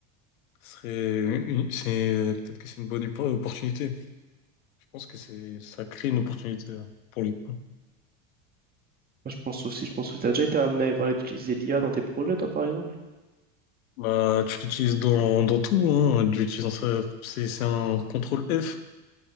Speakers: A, on the left; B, on the right.
A: serait une, c'est peut-être que c'est une bonne oppo- opportunité. Je pense que c'est ça crée une opportunité là, pour le coup.
B: Moi, Je pense aussi, je pense aussi, t'as déjà été amené à voilà, à utiliser l'IA dans tes projets, toi, par exemple?
A: Bah, tu l'utilises dans, dans tout, hein. Tu l'utilises dans ça. C'est c'est un contrôle F